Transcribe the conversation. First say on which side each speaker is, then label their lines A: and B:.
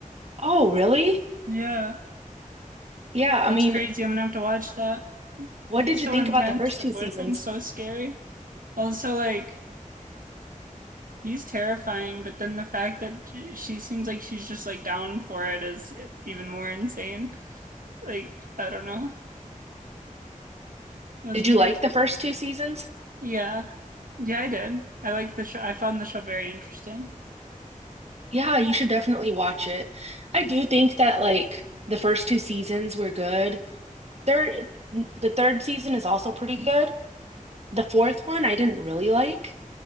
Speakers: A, on the right; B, on the right.
A: Oh, really?
B: Yeah,
A: Yeah,
B: that's
A: I mean,
B: crazy. I'm gonna have to watch that.
A: what
B: He's
A: did
B: so
A: you think
B: intense.
A: about the first
B: The
A: two
B: boyfriend's
A: seasons?
B: so scary. Also, like, he's terrifying, but then the fact that j- she seems like she's just like down for it is even more insane. Like, I don't know. It was
A: Did
B: weird.
A: you like the first two seasons?
B: Yeah. Yeah, I did. I like the show. I found the show very interesting.
A: Yeah, you should definitely watch it. I do think that like the first two seasons were good. Third, the third season is also pretty good. The fourth one I didn't really like.